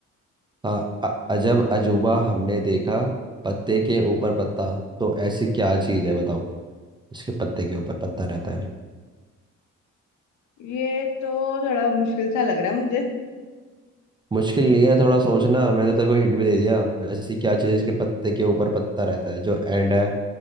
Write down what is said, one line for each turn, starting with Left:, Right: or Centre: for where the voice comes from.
Right: हाँ अ- अजब अजूबा हमने देखा पत्ते के ऊपर पत्ता तो ऐसी क्या चीज है बताओ उसके पत्ते के ऊपर पत्ता रहता है
Left: ये तो थोड़ा मुश्किल सा लग रहा है मुझे
Right: मुश्किल नहीं है थोड़ा सोचना मैंने तो तेरे को हिंट भी दे दिया ऐसी क्या चीज है इसके पत्ते के ऊपर पत्ता रहता है जो एंड है